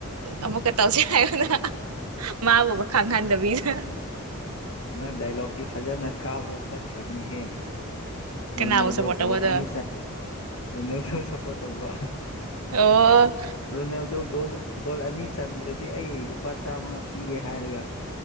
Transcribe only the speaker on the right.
ꯑꯃꯨꯛꯀ ꯇꯧꯁꯦ ꯍꯥꯏꯌꯅ ꯃꯥꯕꯨꯕ ꯈꯪꯍꯟꯗꯕꯤꯗ
ꯀꯅꯥꯕꯨ ꯁꯞꯄꯣꯔꯠ
ꯇꯧꯕꯗꯣ
ꯑꯣ